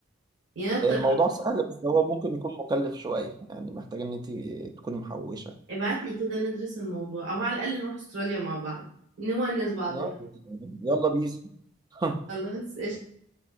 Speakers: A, on the right; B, on the right.
A: يعني أنا اطلع
B: الموضوع سهل بس هو ممكن يكون مكلف شويه يعني محتاج ان انت تكوني محوشه
A: ابعت لي كده ندرس الموضوع او على الاقل نروح استراليا مع بعض نونس بعضنا
B: لا يلا بيس <laughs>
A: خلاص قشطة.